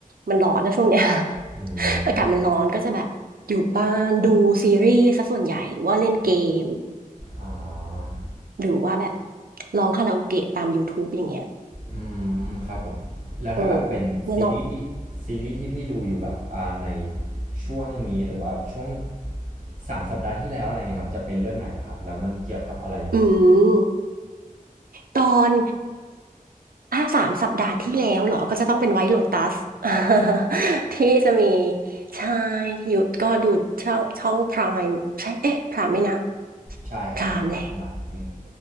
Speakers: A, on the right (about 85°); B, on the right (about 60°).
A: มันร้อนนะช่วงเนี้ย
B: อื
A: <laughs> อากาศมันร้อนก็จะแบบอยู่บ้านดูซีรีส์ซะส่วนใหญ่หรือว่าเล่นเกม
B: มอ๋อ
A: หรือว่าแบบร้องคาราโอเกะตาม YouTube อย่างเงี้ย
B: อืมครับผมแล้วถ้าแบบเป็นซีรีส์ที่ซีรีส์ที่พี่ดูอยู่แบบอ่าใน
A: เออแล้วน้อง
B: ช่วงนี้หรือว่าช่วงสามสัปดาห์ที่แล้วอะไรเงี้ยครับจะเป็นเรื่องไหนล่ะครับแล้วมันเกี่ยวกับอะไรยังไง
A: อืม ตอนอ่าสามสัปดาห์ที่แล้วเหรอ ก็จะต้องเป็นไวท์โลตัส <laughs> ที่จะมีใช่ที่อยู่ก็ดูช่องช่องพรามใช่เอ๊ะพรามไหมนะ
B: ใช่ครับใช่ครับหมักอืม
A: พรามแหละ <laughs>